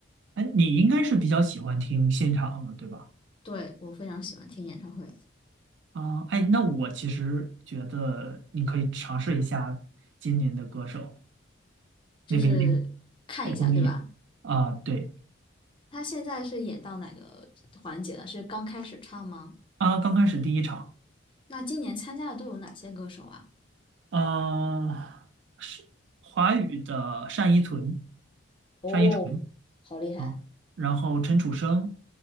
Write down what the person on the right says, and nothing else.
哎，你应该是比较喜欢听现场的，对吧？
啊，哎，那我其实觉得你可以尝试一下今年的歌手
那个音，哎，综艺啊，
对
啊，刚开始第一场。
呃，是华语的单依纯，
单依纯
啊，然后陈楚生